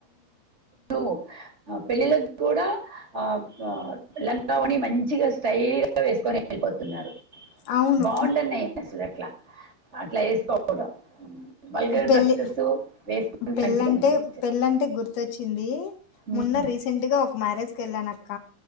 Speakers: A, on the right (about 25°); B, on the left (about 80°).
A: ఒ పెళ్ళిళకి కూడా ఆ లంగావని మంచిగా స్టైల్గా వేసుకొని వెళ్ళిపోతున్నారు
B: అవును
A: బాగుంటున్నాయి అసల్ అట్లా అట్ల వేసుకో కూడా పై పైన
B: పెళ్ళి
A: డ్రెస్సెస్ వేసుకుంటే
B: పెళ్ళంటే
A: మంచిగా అనిపించదు
B: పెళ్ళంటే గుర్తొచ్చింది
A: ఉమ్,
B: మొన్న రీసెంట్ గా ఒక మ్యారేజ్ కెళ్ళాన్ అక్క